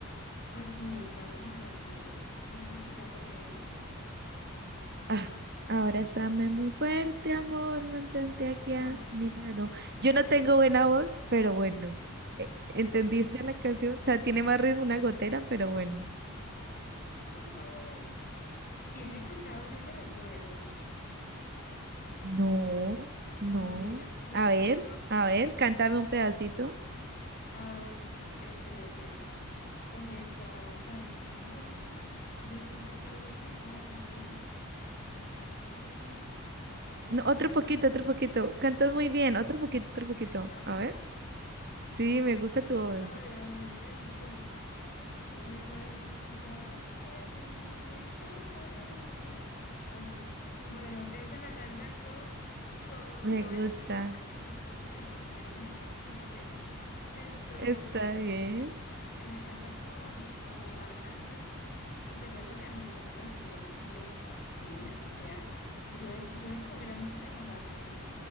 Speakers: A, on the left; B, on the right.
A: Ay, sí, me encanta Juan Gabriel. ¿Qué estás escuchando de él?
B: <laughs> Ah, abrázame muy fuerte, amor, mantente aquí
A: Ay,
B: a mi lado.
A: una
B: Yo no
A: belleza,
B: tengo buena voz, pero bueno, eh, ¿entendiste la canción? O sea, tiene más ritmo una gotera, pero bueno.
A: por favor. Y has escuchado Yo te recuerdo.
B: No, no.
A: Nena, yo
B: A
A: te recuerdo.
B: ver, a ver,
A: fue-
B: cántame un pedacito.
A: ah, espérate. Comienza, sabes, amor. Yo nunca te he olvidado. Así. Y.
B: No, otro
A: eh,
B: poquito, otro poquito. Cantas muy bien, otro poquito, otro poquito.
A: ¿no?
B: A ver. Sí, me gusta tu voz.
A: a ver, a ver, esto. Te recuerdo en cada estrella siempre que aparece. Así. Bueno, esa la canta con, con...
B: Me
A: No voy
B: gusta.
A: a cantar más porque me pongo penosa. Me da mucha, mucha pena. Esto,
B: Está bien.
A: la canta con, con Marc Anthony. Y te cuento que a mí esa canción me fascina. O sea, yo, yo descubrí la música de Juan Gabriel